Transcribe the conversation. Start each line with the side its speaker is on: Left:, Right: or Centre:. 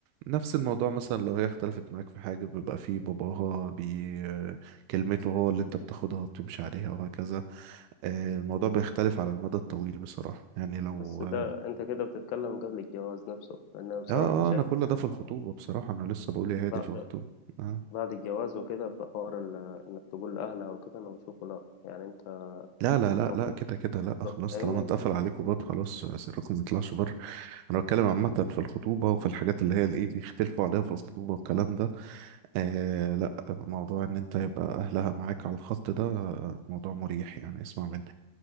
Right: نفس الموضوع مثلا لو هي اختلفت معاك في حاجه بيبقى في باباها بي كلمته هو اللي انت بتاخدها وبتمشي عليها وهكذا آه، الموضوع بيختلف على المدى الطويل بصراحه يعني لو
Left: بس ده
Right: اه
Left: انت كده بتتكلم قبل الجواز نفسه لان انا بصراحه
Right: اه
Left: انا شايف
Right: انا كل
Left: ان
Right: ده في الخطوبه بصراحه انا لسه بقول يا
Left: بعد
Right: هادي في الخطوبه اه
Left: بعد الجواز وكده في حوار ال- انك تقول لاهلها وكده انا بشوفه لا يعني انت
Right: لا لا لا
Left: المفروض
Right: لا كده كده لا
Left: بالظبط
Right: خلاص
Left: فاهمني
Right: طالما اتقفل عليكم باب خلاص سركم ما يطلعش بره انا بتكلم عامة في الخطوبة وفي الحاجات اللي هي الايه بيختلفوا عليها في الخطوبة والكلام ده آه لا موضوع ان انت يبقى اهلها معاك على الخط ده آه، موضوع مريح يعني اسمع مني